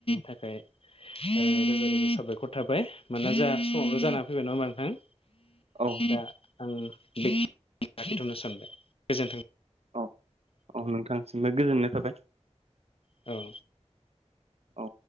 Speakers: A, on the left; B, on the right.
A: थाखाय ओ रोजा रोजा साबायखर थाबाय मानोना जोंहा समानो जाना फैबाय नङा होमबाथ
B: औ
A: नोंथां दा आं बे लाखिथ'नो सानबाय गोजोनथों
B: अ औ नोंथांसिमबो गोजोननाय थाबाय
A: औ
B: अ